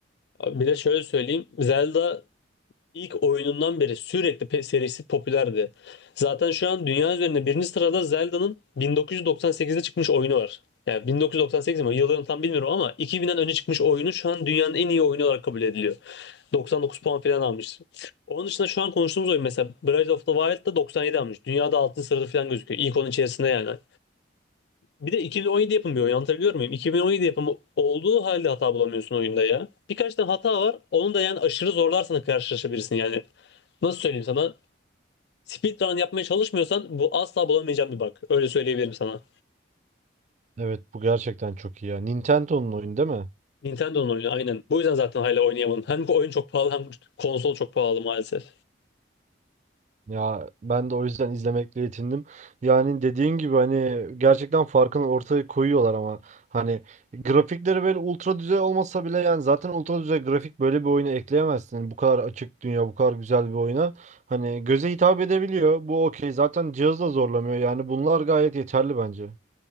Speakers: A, on the left; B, on the right.
A: Abi bir de şöyle söyleyeyim. Zelda İlk oyunundan beri sürekli pe- serisi popülerdi. Zaten şu an dünya üzerinde birinci sırada Zelda'nın 1998'de çıkmış oyunu var. Yani 1998 mi? Yıllarını tam bilmiyorum ama 2000'den önce çıkmış oyunu şu an dünyanın en iyi oyunu olarak kabul ediliyor. 99 puan falan almış. Onun dışında şu an konuştuğumuz oyun mesela Breath of the Wild'da 97 almış. Dünyada 6. sırada falan gözüküyor. İlk onun içerisinde yani. Bir de 2017 yapımı bir oyun anlatabiliyor muyum? 2017 yapımı olduğu halde hata bulamıyorsun oyunda ya. Birkaç tane hata var. Onu da yani aşırı zorlarsan karşılaşabilirsin yani. Nasıl söyleyeyim sana? Speedrun yapmaya çalışmıyorsan bu asla bulamayacağım bir bug. Öyle söyleyebilirim sana.
B: Evet bu gerçekten çok iyi ya. Nintendo'nun oyunu değil mi?
A: Nintendo'nun oyunu aynen. Bu yüzden zaten hala oynayamadım. Hem bu oyun çok pahalı hem konsol çok pahalı maalesef.
B: Ya ben de o yüzden izlemekle yetindim. Yani dediğin gibi hani gerçekten farkını ortaya koyuyorlar ama hani grafikleri böyle ultra düzey olmasa bile yani zaten ultra düzey grafik böyle bir oyuna ekleyemezsin. Hani Bu kadar açık dünya, bu kadar güzel bir oyuna. Hani göze hitap edebiliyor. Bu okey. Zaten cihaz da zorlamıyor. Yani bunlar gayet yeterli bence.